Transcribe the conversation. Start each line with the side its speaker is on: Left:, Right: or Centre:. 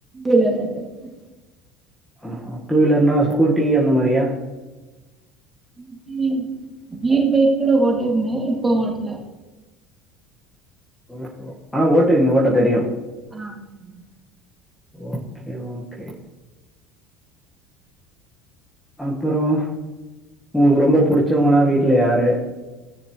Right: இல்ல இல்ல <inaudible>
Centre: ஆஹா டூவீலர்னா ஸ்கூட்டி அந்த மாரியா
Right: ம் கீ கீர்பைக்கூட ஓட்டிருந்த இப்போ ஓட்ல
Centre: ஓஹோ ஆனா ஓட்டுவீங்க ஓட்ட தெரியு
Right: ஆமாங்க
Centre: ஓகே ஓகே அப்புறோ உங்களுக்கு ரொம்ப புடுச்சவங்கன்னா வீட்ல யாரு